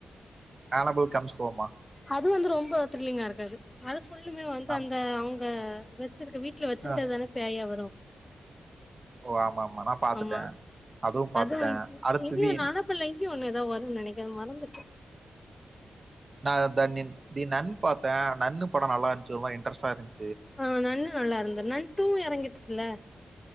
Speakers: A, on the right; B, on the left.
A: ஆனபிள் கம்ஸ் ஹோமா
B: அது வந்து ரொம்ப த்ரில்லிங்கா இருக்காது அது ஃபுல்லுமே வந்து
A: நா
B: அந்த அவங்க வெத் வெச்சிருக்க வீட்ல வெச்சிருக்கதுதானே
A: ஆ
B: பேயா வரு
A: ஓ ஆமா ஆமா நா பாத்துட்ட
B: ஆமா
A: அதுவும் பாத்துட்ட
B: அது வந்து
A: அடுத்தது
B: இனியு ஒன்னு
A: என்
B: அனாபிள்ல இனியு ஒன்னு ஏதோ வரும்னு நெனைக்கிறே மறந்துட்டே
A: நா த நின் தி நன் பாத்த நன்னு படொ நல்லா இருந்ச்சு ஒரு மாரி இன்ட்ரெஸ்டா இருந்து
B: ஆ நன்னு நல்லா இருந்த நன் டூ எறங்கிட்ச்சுல்ல.